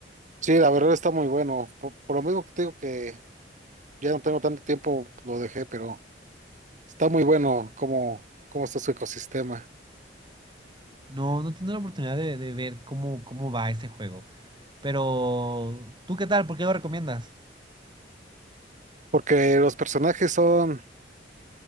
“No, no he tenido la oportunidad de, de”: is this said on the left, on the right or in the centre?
Right